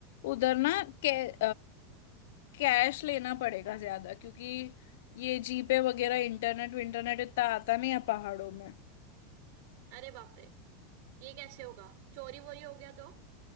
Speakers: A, on the left; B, on the right.
A: उधर ना कै, कैश लेना पड़ेगा ज्यादा क्योंकि ये जीपे वगैरह इंटरनेट विंटरनेट इतना आता नहीं है पहाड़ों में
B: <laughs> अरे बाप रे ये कैसे होगा चोरी वोरी हो गया तो